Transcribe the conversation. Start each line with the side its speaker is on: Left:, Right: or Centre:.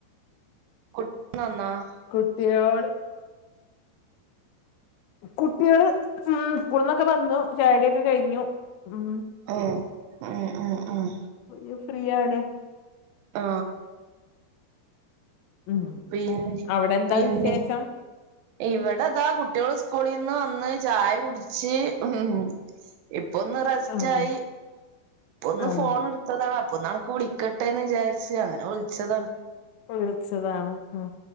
Right: <unintelligible>
Left: കുട്ടിയോൾ കുട്ടികള് ഉ സ്കൂളിന്നൊക്കെ വന്നു ചായടിയൊക്കെ കഴിഞ്ഞു ഉ.
Right: ഓ! ഉം. ഉം. ഉം.
Left: <unintelligible> ഫ്രീ ആണ്
Right: ആ
Left: ഉ
Right: പിന്നെ
Left: അവിടെ എന്താ
Right: പിന്നെ
Left: വിശേഷം
Right: ഇവിടെതാ കുട്ടികൾ സ്കൂളിൽ നിന്ന് വന്ന് ചായ കുടിച്ച് ഉം ഇപ്പൊ ഒന്ന് റെസ്റ്റ്
Left: ആഹ്
Right: ആയി. പ്പൊന്ന്
Left: ആഹ്
Right: ഫോണ് എടുത്തതാണ് അപ്പൊന്ന് അനക്ക് വിളിക്കട്ടെന്ന് വിചാരിച്ച് അങ്ങനെ വിളിച്ചതാണ്.
Left: വിളിച്ചതാണ് മ്